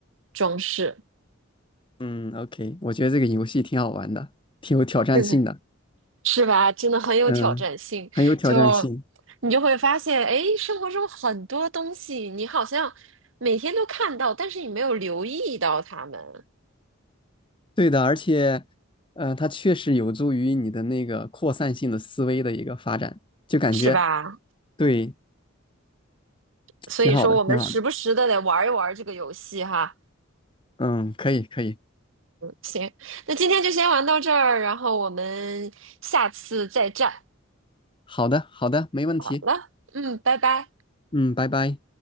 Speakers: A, on the right; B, on the left.
A: 装饰，
B: 嗯，OK，我觉得这个游戏挺好玩的，挺有挑战性的。
A: 是不是？是吧？真的很有挑战性，
B: 嗯，很有挑战性。
A: 就你就会发现，哎，生活中很多东西你好像每天都看到，但是你没有留意到它们，
B: 对的，而且，呃，它确实有助于你的那个扩散性的思维的一个发展，就感觉，
A: 是吧？
B: 对，
A: 所以说我们时不时的得玩一玩这个游戏哈。
B: 挺好的，挺好的。嗯，可以，可以，
A: 行，那今天就先玩到这儿，然后我们下次再战。
B: 好的，好的，没问题。
A: 好了，嗯，拜拜。
B: 嗯，拜拜。